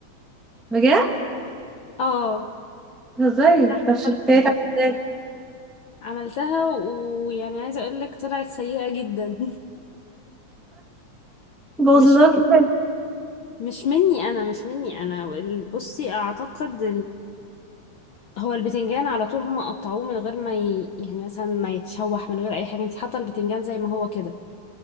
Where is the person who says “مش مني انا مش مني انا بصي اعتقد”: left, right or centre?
Left